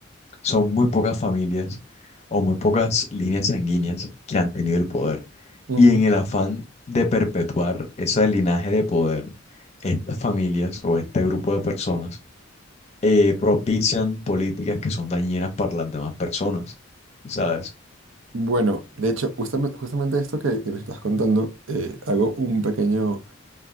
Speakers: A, on the left; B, on the right.
A: son muy pocas familias o muy pocas líneas sanguíneas que han tenido el poder.
B: ujú.
A: Y en el afán de perpetuar ese linaje de poder, estas familias o este grupo de personas eh, propician políticas que son dañinas para las demás personas, ¿sabes?
B: Bueno, de hecho, justamente, justamente esto que, que me estás contando, eh, hago un pequeño,